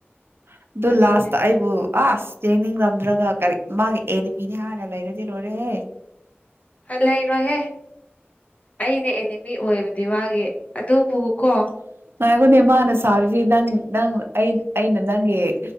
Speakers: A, on the right; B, on the left.
A: ꯑꯗꯨ
B: ꯑꯗꯨꯅꯦ
A: ꯂꯥꯁꯇ ꯑꯩꯕꯨ ꯑꯁ ꯌꯦꯡꯅꯤꯡꯔꯝꯗ꯭ꯔꯒ ꯀꯔꯤ ꯃꯥꯒꯤ ꯑꯦꯅꯤꯃꯤꯅꯦ ꯍꯥꯟꯅ ꯂꯩꯔꯗꯤ ꯂꯣꯏꯔꯦꯍꯦ
B: ꯂꯩꯔꯣꯏꯍꯦ ꯑꯅꯦ ꯑꯦꯅꯤꯃꯤ ꯑꯣꯏꯕꯗꯤ ꯃꯥꯒꯤ ꯑꯗꯨꯕꯨ ꯀꯣ
A: ꯑꯗꯨꯅꯦ ꯃꯥꯅ ꯁꯥꯔꯤꯁꯤ ꯅ ꯅ ꯑꯩꯅ ꯅꯪꯒꯤ